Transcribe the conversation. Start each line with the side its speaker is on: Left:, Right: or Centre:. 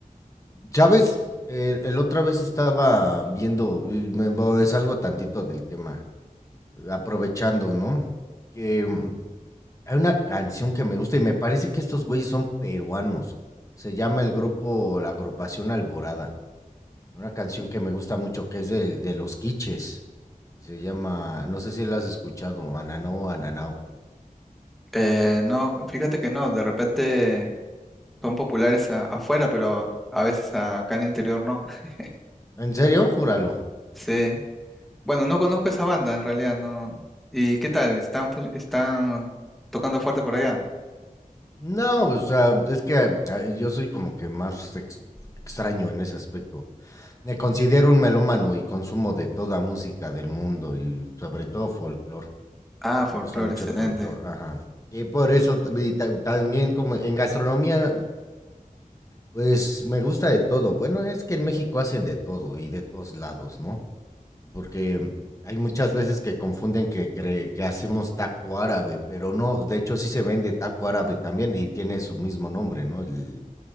Left: Chávez, el, el otra vez estaba viendo, me voy- es algo tantito del tema, aprovechando, ¿no? Que mm, hay una canción que me gusta y me parece que estos güeyes son peruanos. Se llama el grupo, la agrupación Alborada. Una canción que me gusta mucho, que es de, de Los Quiches. Se llama, no sé si la has escuchado, Ananao, Ananao.
Centre: Eh, no, fíjate que no, de repente son populares a- afuera, pero a veces acá en el interior no. <laughs>
Left: ¿En serio? Júralo.
Centre: Sí. Bueno, no conozco esa banda en realidad, no. ¿Y qué tal? ¿Están, fu- están tocando fuerte por allá?
Left: No, o sea, es que eh, yo soy como que más ex- extraño en ese aspecto. Me considero un melómano y consumo de toda música del mundo y sobre todo folclore.
Centre: Ah, folclore,
Left: Me gusta mucho
Centre: excelente.
Left: el folclore, ajá. Y por eso t- y ta- también como en gastronomía, pues me gusta de todo. Bueno, es que en México hacen de todo y de todos lados, ¿no? Porque mm, hay muchas veces que confunden que, cre- que hacemos taco árabe, pero no, de hecho sí se vende taco árabe también y tiene su mismo nombre, ¿no? El